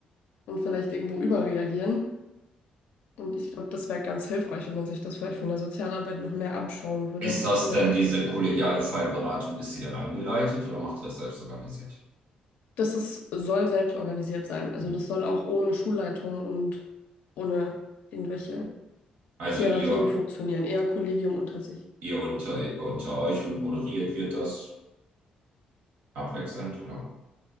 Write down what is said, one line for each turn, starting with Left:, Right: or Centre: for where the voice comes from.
Left: und vielleicht irgendwo überreagieren. Und ich glaube, das wäre ganz hilfreich, wenn man sich das vielleicht von der Sozialarbeit noch mehr abschauen würde.
Right: Ist das
Left: Die,
Right: denn diese kollegiale Fallberatung, ist sie dann angeleitet oder macht ihr das selbst organisiert?
Left: das ist, soll selbst organisiert sein. Also
Right: Nee.
Left: das soll auch ohne Schulleitung und ohne irgendwelche
Right: Also
Left: Hierarchien
Right: ihr,
Left: funktionieren. Eher Kollegium unter sich.
Right: ihr unter, unter euch und moderiert wird das abwechselnd, oder?